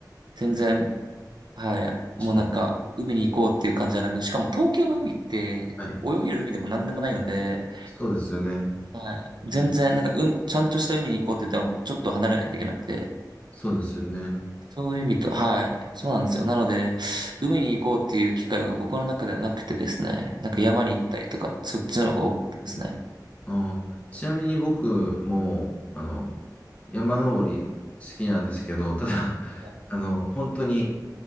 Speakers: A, on the right; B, on the left.
A: 全然、はい。
B: ー、
A: もうなんか、
B: 確かに。
A: 海に行こうっていう感じじゃなく、しかも東京の海って、
B: はい。
A: 泳げる海でも何でもないので、
B: そうですよね。
A: はい。全然、
B: うん。
A: なんか、うん、ちゃんとした海に行こうって言ったら、ちょっと離れないといけなくて。
B: そうですよね。
A: そういう意味と、はい。そうなんですよ。なので、
B: うん。
A: 海に行こうっていう機会が僕の中ではなくてですね。なんか山に行ったりとか、
B: うん
A: そっちの方が多かったですね。
B: うんあー、ちなみに僕も、あの、山登り好きなんですけど、ただ、
A: は
B: あの、本当に